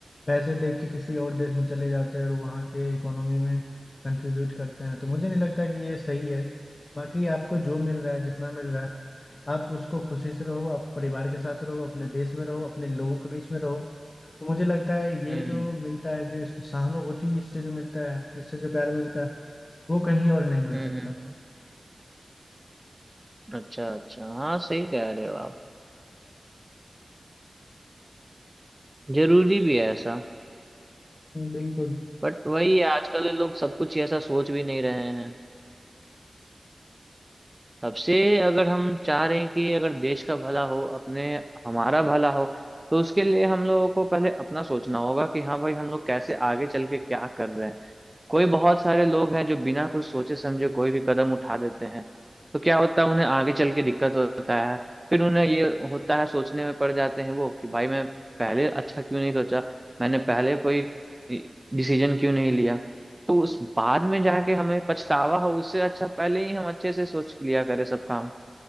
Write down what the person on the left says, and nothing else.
पैसे देख के किसी और देश में चले जाते हैं और वहाँ के इकोनॉमी में कंट्रीब्यूट करते हैं तो मुझे नहीं लगता कि ये सही है बाकी आपको जो मिल रहा है जितना मिल रहा है आप उसको खुशी से रहो आप परिवार के साथ रहो अपने देश में रहो अपने लोगों के बीच में रहो तो मुझे लगता है ये
जो मिलता है जो सहानुभूति इससे जो मिलता है जिससे जो प्यार मिलता है वो कहीं और नहीं मिल
सकता
बिल्कुल